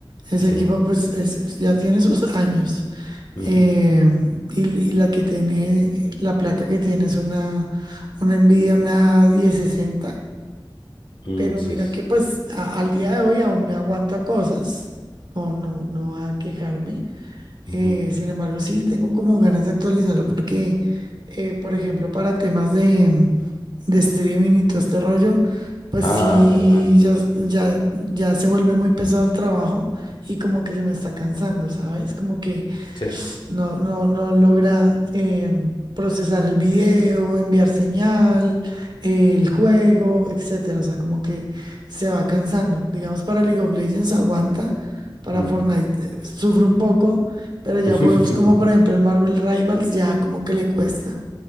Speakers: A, on the right; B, on the left.
A: Ese
B: Sí.
A: equipo pues es- ya tiene sus años.
B: ujú,
A: Eh, y, y la que tiene, la placa que tiene es una, una Nvidia, una 1060.
B: mm,
A: Pero
B: sí.
A: mira
B: s-
A: que pues a- al día de hoy aún me aguanta cosas, o no, no va a quejarme.
B: ujú.
A: Eh, sin embargo, sí tengo como ganas de actualizarlo porque, eh, por ejemplo, para temas de, de streaming y todo este rollo, pues
B: Ah,
A: sí,
B: verdad.
A: ya, ya, ya se vuelve muy pesado el trabajo y como que se me está cansando, ¿sabes? Como que
B: Sí.
A: no, no, no logra eh, procesar el video, enviar señal, eh, el juego, etcétera. O sea, como que se va cansando. Digamos, para League of Legends aguanta, para
B: mm.
A: Fortnite eh, sufre un poco, pero ya
B: <laughs>
A: juegos como por ejemplo el Marvel Rivals ya como que le cuesta.